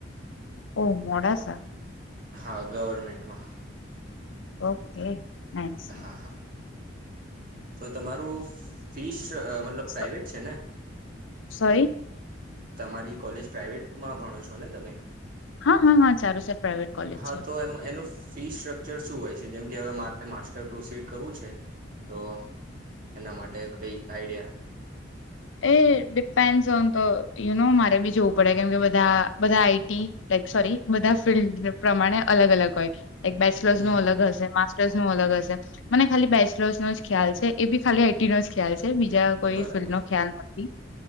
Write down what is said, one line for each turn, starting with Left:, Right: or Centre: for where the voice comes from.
Left: ઓ મોડાસા
Right: હા ગવર્મેન્ટમાં
Left: ઓકે. નાઈસ
Right: હા હા તો તમારું ફિશ અ મતલબ પ્રાઇવેટ
Left: સ-
Right: છે ને
Left: સોરી
Right: તમારી કોલેજ પ્રાાઈવેટ માં ભણો છો ને તમે
Left: હા હા હા સારું છે. પ્રાઇવેટ કોલેજ
Right: હા
Left: છે.
Right: તો એમ એનું ફી સ્ટ્રકચર શું હોય છે જેમ કે હવે મારે માસ્ટર પ્રોસીડ કરવું છે તો એના માટે કઈ આઈડિયા
Left: એ ડિપેન્ડસ ઓન ધ યુનો મારે બી જોવું પડે કેમકે બધા બધા આઈટી લાઇક સોરી બધા ફિલ્ડ પ્રમાણે અલગ અલગ હોય. એક બેચલર્સ
Right: હમ
Left: નું
Right: હમ
Left: અલગ હશે માસ્ટર્સ નું અલગ હશે. મને ખાલી બેચલર્સ નો જ ખ્યાલ છે એ બી ખાલી આઈટી નો જ ખ્યાલ છે. બીજા
Right: હ
Left: કોઈ
Right: બરાબર
Left: ફિલ્ડ નો <unintelligible>